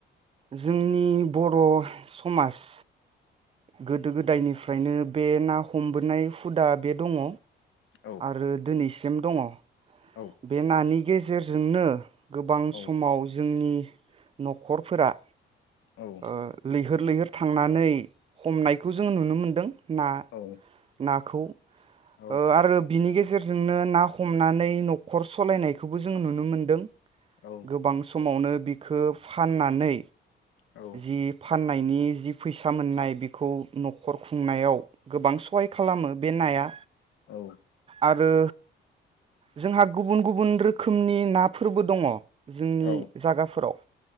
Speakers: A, on the right; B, on the left.
A: जोंनि बर' समाज गोदो गोदायनिफ्रायनो बे ना हमबोनाय हुदा बे दङ
B: औ
A: आरो दिनैसिम गेम दङ
B: औ
A: बे नानि गेजेरजोंनो गोबां
B: औ
A: समाव जोंनि नखरफोरा
B: औ
A: ओ लैहोर लैहोर थांनानै हमनायखौ जों नुनो मोनदों ना
B: औ
A: नाखौ ओ
B: औ
A: आरो बिनि गेजेरजोंनो ना हमनानै नखर सलायनायखौबो जों नुनो मोन्दों
B: औ
A: गोबां स खमावनो बिखो फाननानै
B: औ
A: जि फा फाननायनि जि फैसा मोननाय बेखौ नखर खुंनायाव गोबां सहाय खालामो बे नाया
B: औ
A: आरो जोंहा गुबुन गुबुन रोखोमनि नाफोरबो दङ जोंनि
B: औ
A: जागाफोराव